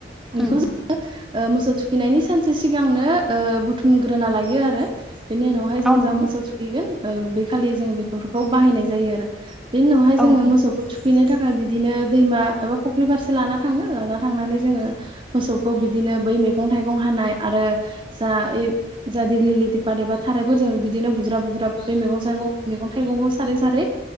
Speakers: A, on the right (about 30°); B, in the centre.
A: बिखौ
B: उम
A: जोंङो ओ मोसौ थुखैनायनि सानसे सिगांनो ओ बुथुमग्रोना लायो आरो। बेनि उनावहाय जों
B: औ नंगौ
A: जा मोसौ थुखैगोन ओ बैखालि जों बेफोरखौ बाहायनाय जायो आरो। बेनि उनावहाय
B: औ
A: जोङो
B: नंगौ
A: मोसौखौ थुखैनो थाखाय बिदिनो दैमा एबा फुख्रि फारसे लाना थाङो लाना थांनानै जोङो मोसौखौ बिदिनो बै मैगं थाइगं हानाय आरो जा ओइब जा दिग्लि लिथिपाट एबा थारायफोरजोंनो बिदिनो बुज- ज्राब बुज्राब बै मैगं साइगं मैगं थाइगंखौ सारै सारै